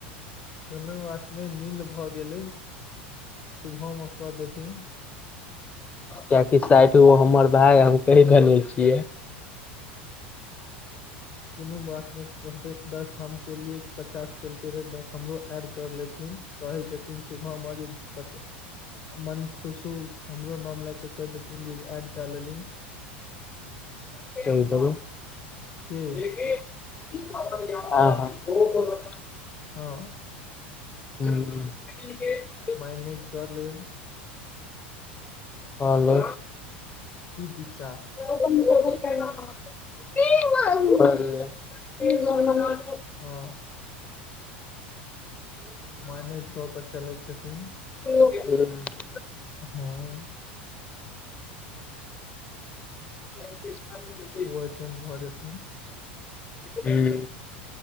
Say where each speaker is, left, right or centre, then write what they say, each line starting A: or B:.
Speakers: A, on the left (about 50°); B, on the left (about 25°).
A: कोनो बात नहि नींद भ गेलै। सुबहमे क देथिन।
B: कियकि साइठ गो हमर भाग हम कहि देने छियै।
A: कोनो बात नहि कहबै दस हम के लिए पचास केलकै रहे दस हमरो एड कर लेथिन कहि देथिन सुबह में जे पचा मन खुश हु हमरो नाम लए क कहि देथिन जे ऐड क लेली।
B: कहु हं
A: के
B: हं।
A: हँ।
B: <unintelligible>
A: माइनेज कऽ लेब।
B: हालो।
A: की विचार?
B: <unintelligible> <inaudible> <unintelligible> <unintelligible>
A: हँ। माइनेज क क चलैय छथिन।
B: <inaudible> हुम्मऽ।
A: हँ।
B: <inaudible>
A: ओ ऐतैन भ जेथिन।
B: हूं।